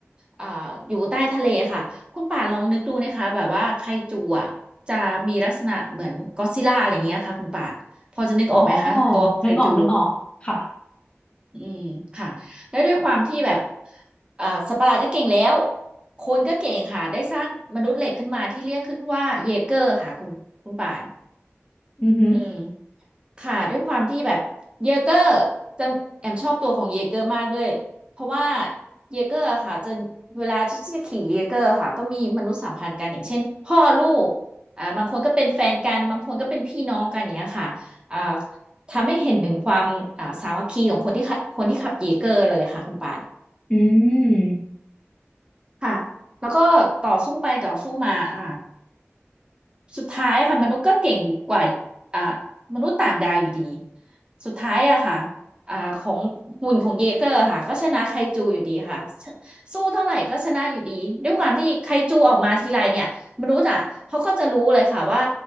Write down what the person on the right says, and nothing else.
อ่าอยู่ใต้ทะเลค่ะคุณป่านลองนึกดูนะคะแบบว่าไคจูอ่ะจะมีลักษณะเหมือนก็อดซิลล่าอะไรอย่างเงี้ยค่ะคุณป่านพอจะนึกออกไหมคะตัวไคจู
อืมค่ะแล้วด้วยความที่แบบอ่าสัตว์ประหลาดก็เก่งแล้วคนก็เก่งค่ะได้สร้างมนุษย์เหล็กขึ้นมาที่เรียกขึ้นว่าเยเกอร์ค่ะคุณคุณป่าน
อืม ค่ะด้วยความที่แบบเยเกอร์จะแอมชอบตัวของเยเกอร์มากด้วยเพราะว่าเยเกอร์อะค่ะจะเวลาที่จะขี่เยเกอร์ค่ะต้องมีมนุษยสัมพันธ์กันอย่างเช่นพ่อลูกอ่าบางคนก็เป็นแฟนกันบางคนก็เป็นพี่น้องกันอย่างเงี้ยค่ะอ่าทำให้เห็นถึงความอ่าสามัคคีของคนที่ขับคนที่ขับเยเกอร์เลยค่ะคุณป่าน
ค่ะแล้วก็ต่อสู้ไปต่อสู้มาอ่า สุดท้ายค่ะมนุษย์ก็เก่งกว่าอ่ามนุษย์ต่างดาวอยู่ดีสุดท้ายอะค่ะอ่าของหุ่นของเยเกอร์ค่ะก็ชนะไคจูอยู่ดีค่ะชสู้เท่าไหร่ก็ชนะอยู่ดีด้วยความที่ไคจูออกมาทีไรเนี่ยมนุษย์อะเขาก็จะรู้เลยค่ะว่า